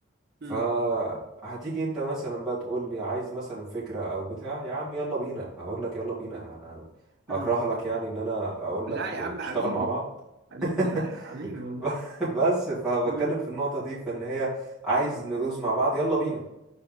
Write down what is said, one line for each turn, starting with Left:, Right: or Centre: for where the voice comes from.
Centre: فهتيجي
Right: امم
Centre: انت مثلا بقى تقول لي عايز مثلا فكرة او بتاع يا عم يلا بينا هقول لك يلا بينا انا
Right: امم
Centre: هكره لك يعني ان انا اقول
Right: لا
Centre: لك
Right: يا عم
Centre: نشتغل
Right: حبيبي
Centre: مع بعض
Right: حبيبي
Centre: <laughs>
Right: لا يا حبيبي والله
Centre: بس فبتكلم
Right: امم
Centre: في النقطة دي فان هي عايز ندوس مع بعض يلا بينا